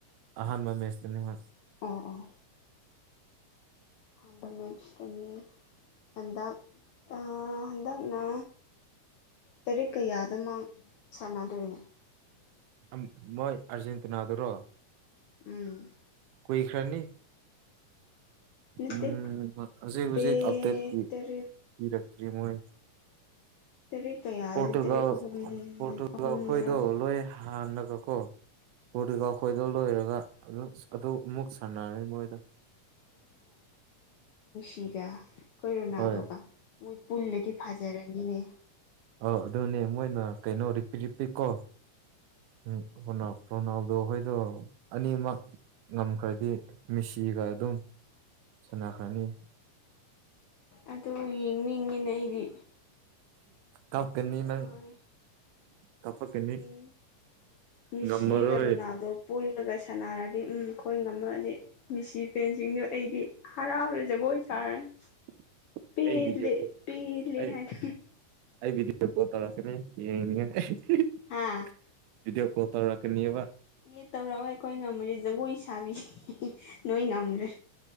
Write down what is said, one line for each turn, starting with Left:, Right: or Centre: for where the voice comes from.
Right: ꯑꯍꯥꯟꯕ ꯃꯦꯁꯇꯅꯦ ꯃꯥ
Left: ꯑꯣ ꯑꯣ ꯑꯍꯥꯟꯕ ꯃꯦꯠꯁꯇꯅꯦ ꯍꯟꯗꯛ ꯑꯥ ꯍꯟꯗꯛ ꯅ ꯇꯔꯤꯛ ꯀꯌꯥꯗꯅꯣ ꯁꯥꯟꯅꯗꯣꯏ
Right: ꯑꯪ ꯅꯣꯏ ꯑꯥꯔꯖꯦꯟꯇꯤꯅꯗꯨꯔꯣ
Left: ꯎꯝ
Right: ꯀꯨꯏꯈ꯭ꯔꯅꯤ
Left: ꯅꯠꯇꯦ
Right: ꯎꯝ ꯍꯧꯖꯤꯛ ꯍꯧꯖꯤꯛ
Left: ꯗꯦꯠ
Right: ꯑꯞꯗꯦꯠꯇꯤ
Left: ꯇꯔꯦꯠ
Right: ꯄꯤꯔꯛꯇ꯭ꯔꯤ ꯃꯣꯏ
Left: ꯇꯔꯦꯠ ꯀꯌꯥꯗꯅꯣ
Right: ꯄꯣꯔꯇꯨꯒꯜ
Left: ꯇꯔꯦꯠ ꯑꯍꯨꯝ
Right: ꯄꯣꯔꯇꯨꯒꯜ
Left: ꯑꯍꯨꯝꯗꯔꯥ
Right: ꯈꯣꯏꯗꯣ ꯂꯣꯏ ꯍꯥꯟꯅꯕꯀꯣ ꯄꯣꯔꯇꯨꯒꯜ
Left: ꯎꯝ
Right: ꯈꯣꯏꯗꯣ ꯂꯣꯏꯔꯒ ꯑꯗꯨ ꯑꯗꯨ ꯃꯨꯛ ꯁꯥꯟꯅꯔꯥ ꯃꯣꯏꯗꯣ
Left: ꯗꯤꯒ ꯑꯩꯈꯣꯏ ꯔꯣꯅꯥꯜꯗꯣꯒ
Right: ꯍꯣꯏ
Left: ꯃꯣꯏ ꯄꯨꯜꯂꯗꯤ ꯐꯥꯖꯔꯅꯤꯅꯦ
Right: ꯑꯣ ꯑꯗꯨꯅꯦ ꯃꯣꯏꯅ ꯀꯩꯅꯣ ꯔꯤꯄꯤ ꯔꯤꯄꯤꯀꯣ ꯎꯝ ꯀꯣꯟꯅ ꯔꯣꯅꯥꯜꯗꯣꯍꯣꯏꯗꯣ ꯑꯅꯤꯃꯛ ꯉꯝꯈ꯭ꯔꯗꯤ ꯃꯤꯁꯤꯒ ꯑꯗꯨꯝ ꯁꯟꯅꯈ꯭ꯔꯥꯅꯤ
Left: ꯑꯗꯨ ꯌꯦꯡꯅꯤꯡꯉꯤꯅꯦ ꯑꯩꯗꯤ
Right: ꯀꯞꯀꯅꯤ
Left: ꯋꯥꯏ
Right: ꯅꯪ ꯀꯞꯄꯛꯀꯅꯤ
Left: ꯌꯦꯡꯅꯤꯡ ꯃꯤꯁꯤꯒ
Right: ꯉꯝꯃꯔꯣꯏ
Left: ꯔꯣꯅꯜꯗꯣ ꯄꯨꯜꯂꯒ ꯁꯟꯅꯔꯥ ꯗꯤ ꯎꯝ ꯑꯩꯈꯣꯏ ꯉꯝꯃꯛꯑꯗꯤ ꯃꯤꯁꯤ ꯐꯦꯟꯁꯤꯡꯗꯣ ꯑꯩꯗꯤ ꯍꯔꯥꯎꯔꯅ ꯖꯒꯣꯏ ꯁꯥꯔꯅꯤ
Right: <inaudible>
Left: ꯄꯦꯜꯂꯦ
Right: ꯚꯤꯗꯤꯑꯣ
Left: ꯄꯦꯜꯂꯦ
Right: ꯑꯩ
Left: ꯍꯥꯏꯅ
Right: ꯑꯩ ꯚꯤꯗꯤꯌꯣ ꯀꯣꯜ ꯇꯧꯔꯛꯀꯅꯤ ꯌꯦꯡꯅꯤꯡꯉꯥꯏ
Left: ꯍꯥ
Right: <unintelligible> ꯀꯣꯜ ꯇꯧꯔꯛꯀꯅꯤꯕ
Left: ꯑꯦ ꯇꯧꯔꯛꯑꯣꯏ ꯑꯩꯈꯣꯏ ꯉꯝꯃꯗꯤ ꯖꯒꯣꯏ ꯁꯥꯕꯤ ꯅꯣꯏ ꯉꯝꯗ꯭ꯔꯦ